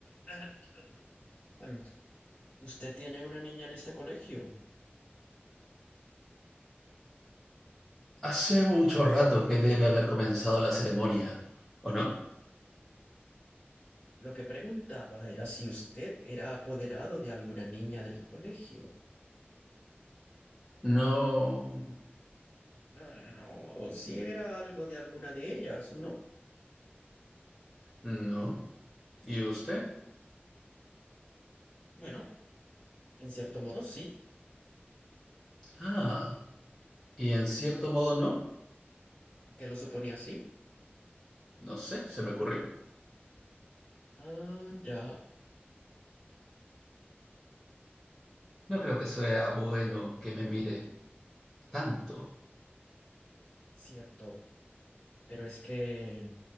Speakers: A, on the left; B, in the centre.
A: Ah, em, Usted tiene una niña en este colegio.
B: Hace mucho rato que debe haber comenzado la ceremonia, ¿o no?
A: Lo que preguntaba era si usted era apoderado de alguna niña del colegio.
B: No,
A: Ah, o si era algo de alguna de ellas, ¿no?
B: no. ¿Y usted?
A: Bueno, en cierto modo sí,
B: Ah, y en cierto modo no.
A: porque lo suponía así.
B: No sé, se me ocurrió.
A: Ah, ya,
B: No creo que sea bueno que me mire tanto.
A: cierto. Pero es que...